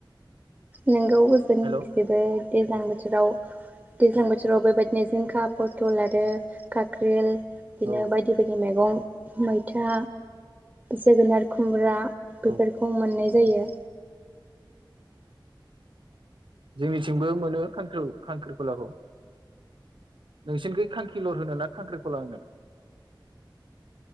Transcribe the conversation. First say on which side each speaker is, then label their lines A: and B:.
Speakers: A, on the right (about 15°); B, on the right (about 80°).
A: नोंगौ जोंनिथिंबो
B: हेल'
A: दैज्लां
B: औ
A: बोथोराव दैज्लां बोथोराव बेबायदिनो जिंखा, पथल आरो काके्ल बिदिनो
B: औ
A: बायदि बायदि मेगं मैथा जोगोनार खुमब्रा
B: औ
A: बेफोरखौ मोननाय
B: उम
A: जायो।
B: जोंनिथिंबो मोनो खांख्रि खांख्रिखलाखौ नोंसिनिखै खांखिलर होनो ना खांख्रिखला होनो?